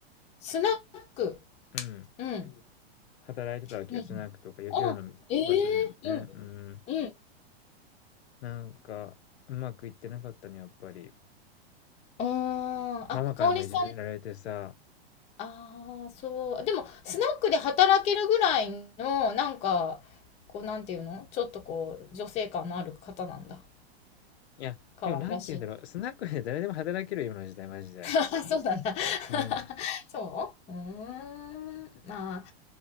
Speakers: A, on the left (about 20°); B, on the left (about 80°).
A: スナック。
B: うん、
A: うん。
B: 働いてたわけよ、
A: うん。
B: スナックとかよ夜の場所でもね。
A: あ、ええうん。
B: うん。
A: うん。
B: なんか、うまくいってなかったね、やっぱり。
A: ああ。
B: ママからもいじめられてさ
A: あ、かおりさんああ、そう。でも、スナックで働けるぐらいの、なんか、こう、なんていうのちょっとこう、女性感のある方なんだ。
B: いや、
A: 可愛らしい。
B: でもなんて言うんだろう、スナックで誰でも働けるよ、今の時代、マジで。
A: <laughs> そうなんだ。<laughs>
B: うん。
A: そううーん。まあ、